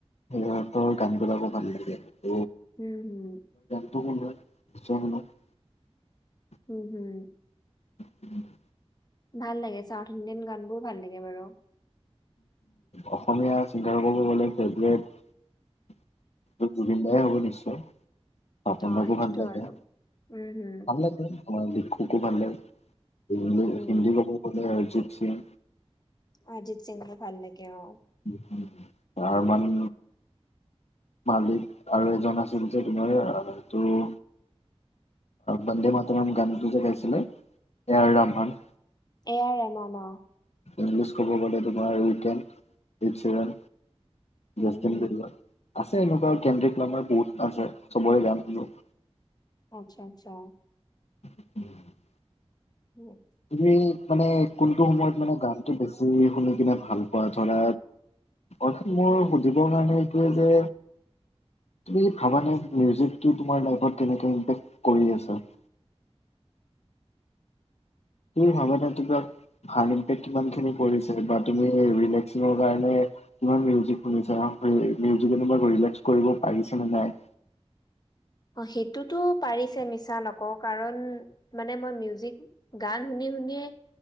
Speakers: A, on the left; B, on the left.
A: সিহঁতৰ গান গান বিলাকো ভাল লাগে ত'
B: উম হম
A: <unintelligible>
B: উম হম
A: উম <unintelligible>
B: ভাল লাগে চাউথ ইণ্ডিয়ান গান বোৰ ভাল লাগে বাৰু
A: অসমীয়া চিংগাৰ কব গ'লে ফেভৰেট জুবিন দাই হ'ব নিশ্চয় পাপনদাকো
B: অ সেইটোতো
A: ভাল লাগে,
B: আৰু উম হুম
A: ভাল লাগে তোমাৰ <unintelligible> মোকো ভাল লাগে
B: উম
A: হিন্দী কব কলে অৰিজিত সিং
B: অৰ্জিত সিংৰ ভাল লাগে অ
A: উ তাৰ মান মালিক আৰু এজন আছিল যে তোমাৰ টোৰো বন্দে মাতাৰম গানটো যে গাইছিলে A R Rahman
B: A R Rahman <unintelligible>
A: English ক'ব গ'লে তোমাৰ উইটেন লিপ চিৰেন,
B: উম
A: জেষ্টিন
B: হম
A: বেৰুৱা <unintelligible> আছে এনেকুৱা কেন্দ্ৰিকামাৰ বহুত আছে চবৰে গান শুনো
B: আচ্ছা আচ্ছা
A: উম
B: উম,
A: তুমি মানে কোনটো সময়ত মানে গানটো বেছি শুনি নে ভাল পোৱা ধৰা অৰ্থাৎ মোৰ সুধিবৰ কাৰণে এইটোৱে যে তুমি ভাবানে মিউজিকটো তোমাৰ লাইফত কেনেকৈ ইম্পেক্ট কৰি আছে <unintelligible> তু ভাবা <unintelligible> কিমানখিনি কৰি বা তুমি ৰিলেকচিংৰ কাৰণে কিমান মিউজিক শুনিছা <unintelligible> শুনিছে ন এনেকুৱা কৰি <unintelligible> কৰিব পাৰিছানে নাই
B: অ সেইটোতো পাৰিছে মিছা নকওঁ কাৰণ মানে মই মিউজিক গান শুনি শু শুনিয়ে